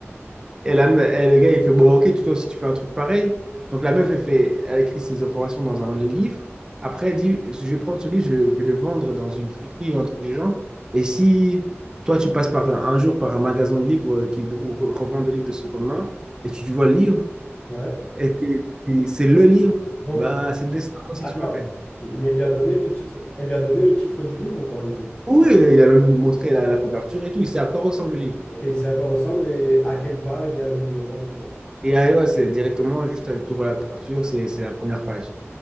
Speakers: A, on the right; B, on the left.
A: Et, la, me- et le gars, il fait, bon, ok, toi aussi, tu fais un truc pareil. Donc la meuf, elle fait, elle écrit ses informations dans un livre. Après, elle dit, je vais prendre ce livre, je vais le vendre dans une friperie ou un truc du genre. Et si toi, tu passes par un, un jour par un magasin de livres euh, qui, où re- revend des livres de seconde main et que tu vois le livre,
B: Ouais.
A: et, que- c'est le livre.
B: Donc,
A: Bah, c'est Destin, toi aussi
B: attends.
A: tu m'appelles.
B: Mais il lui a donné le titre. Elle lui a donné le titre du livre ou pas du tout?
A: Oui, il a même montré la, la couverture et tout. Il sait à quoi ressemble le livre.
B: Ok, c'est à quoi ressemble et à quelle page il y a le numéro, tout ça.
A: Et ah, ouais, c'est directement juste avec tout la couverture, c'est c'est la première page.